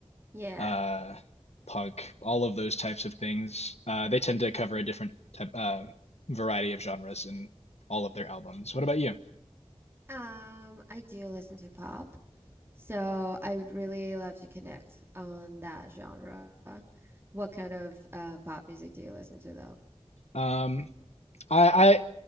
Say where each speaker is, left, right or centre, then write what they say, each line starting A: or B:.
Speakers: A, on the right; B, on the left.
A: Yeah.
B: uh, punk, all of those types of things. Uh, they tend to cover a different type, uh, variety of genres in all of their albums. What about you?
A: Um, I do listen to pop, so I would really love to connect on that genre. What kind of uh pop music do you listen to though?
B: Um, I,